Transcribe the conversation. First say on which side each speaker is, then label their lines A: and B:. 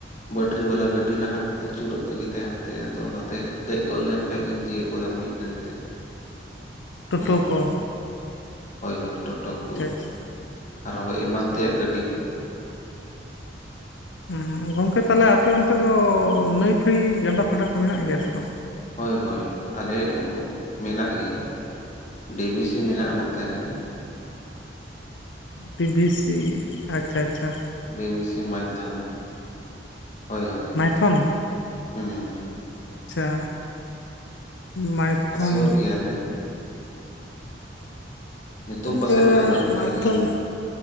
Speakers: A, on the left; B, on the left.
A: ᱵᱟᱹᱴᱨᱤ ᱵᱟᱞᱟ ᱜᱟᱹᱰᱤ ᱱᱟᱦᱟᱜ ᱟᱹᱪᱩᱨᱚᱜ ᱛᱮᱜᱮ ᱛᱟᱦᱮᱸᱱ ᱛᱟᱭᱟ ᱛᱚ ᱚᱱᱟᱛᱮ ᱫᱮᱜ ᱜᱚᱫ ᱞᱮᱱᱠᱷᱟᱱ ᱜᱮᱢ ᱛᱤᱭᱟᱜ ᱜᱚᱫᱟ ᱢᱤᱫ <inaudible> ᱜᱷᱟᱹᱲᱤᱜ ᱛᱮ
B: ᱴᱳᱴᱳ
A: ᱦᱩᱸ
B: ᱠᱚ
A: ᱦᱳᱭ ᱦᱳᱭ ᱴᱳᱴᱳ
B: ᱟᱪᱪᱷᱟ
A: ᱠᱚ
B: ᱟᱪᱪᱷᱟ
A: ᱟᱨᱦᱚᱸ ᱮᱢᱟᱱ ᱛᱮᱭᱟᱜ ᱜᱟᱹᱰᱤ ᱠᱚ ᱾
B: ᱩᱸ ᱜᱚᱝᱠᱮ ᱛᱟᱦᱞᱮ ᱟᱯᱮ ᱚᱱᱛᱮ ᱫᱚ ᱱᱟᱹᱭ ᱯᱷᱟᱹᱭ ᱜᱟᱰᱟ ᱯᱷᱟᱰᱟ ᱠᱚ ᱢᱮᱱᱟᱜ ᱜᱮᱭᱟ ᱥᱮ ᱵᱟᱝ?
A: ᱦᱳᱭ ᱦᱳᱭ ᱟᱞᱮᱻ ᱢᱮᱱᱟᱜ ᱜᱮᱭᱟ᱾ ᱰᱤᱵᱤᱥᱤ ᱢᱮᱱᱟᱜᱼᱟ ᱱᱚᱛᱮ ᱨᱮ ᱾
B: ᱵᱤᱵᱤᱥᱤ ᱟᱪᱪᱷᱟ ᱟᱪᱪᱷᱟ ᱾
A: ᱰᱤᱵᱤᱥᱤ ᱢᱟᱭᱛᱷᱟᱱ ᱦᱳᱭ ᱦᱳᱭ
B: ᱱᱟᱭᱛᱷᱚᱱ
A: ᱦᱩᱸ
B: ᱟᱪᱪᱷᱟ ᱢᱟᱭᱛᱷᱚᱱ
A: ᱟᱨ ᱥᱩᱨ ᱜᱮᱭᱟᱞᱮ ᱧᱩᱛᱩᱢ
B: ᱜᱚᱝᱠᱮ
A: ᱯᱟᱥᱮᱜ ᱵᱮᱱ ᱟᱸᱡᱚᱢ ᱟᱠᱟᱜ
B: ᱢᱟᱭᱛᱷᱚᱱ
A: ᱜᱮᱭᱟ ᱱᱷᱟᱜ ᱾